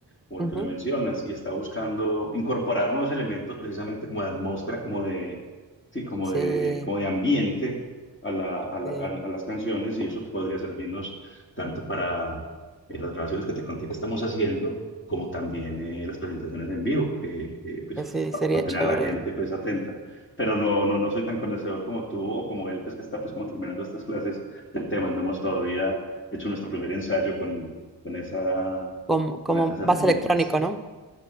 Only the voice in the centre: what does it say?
ujú.
Sí,
sí.
Pues sí,
sería
chévere.
Como, como
más electrónico, ¿no?